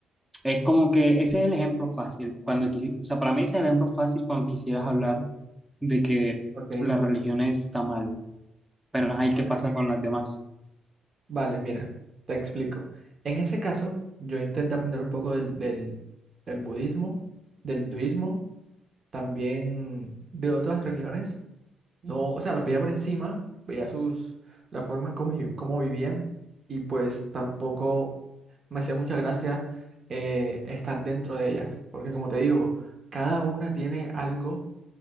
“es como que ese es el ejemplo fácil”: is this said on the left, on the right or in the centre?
Centre